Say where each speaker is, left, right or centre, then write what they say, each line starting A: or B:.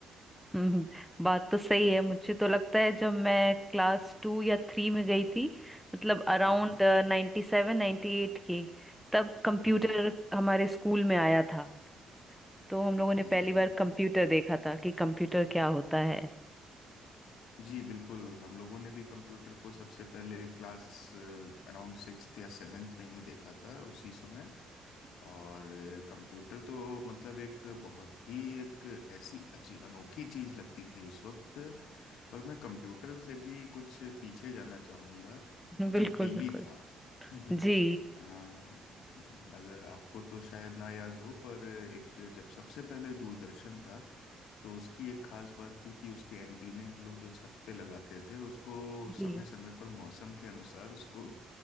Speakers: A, in the centre; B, on the left.
A: हम्म, बात तो सही
B: तो
A: है मुझे तो लगता है जब मैं क्लास टू या थ्री में गई थी मतलब अराउंड
B: हम्म
A: नाइन्टी सेवन नाइन्टी एट के तब कंप्यूटर
B: हम्म हम्म,
A: हमारे स्कूल में आया था तो हम लोगों
B: जी
A: ने पहली
B: जी
A: बार कंप्यूटर देखा था कि कंप्यूटर क्या होता है
B: जी बिल्कुल हम लोगों ने भी कंप्यूटर को सबसे पहले क्लास अराउंड सिक्स्थ या सेवेंथ में ही देखा था उसी समय और अ, कंप्यूटर तो मतलब एक बहुत ही एक ऐसी अजी अनोखी चीज लगती थी उस वक्त पर मैं कंप्यूटर से भी कुछ पीछे जाना चाहूँगा
A: <laughs>
B: जब
A: बिल्कुल
B: टीवी
A: बिल्कुल
B: था <laughs>
A: जी
B: अ, अगर आपको तो शायद ना याद हो पर एक जब सबसे पहले दूरदर्शन था तो उसकी एक खास बात थी कि उसके एंटीने हम लोग जो छत पे लगाते थे उसको
A: जी
B: समय समय पर मौसम के अनुसार उसको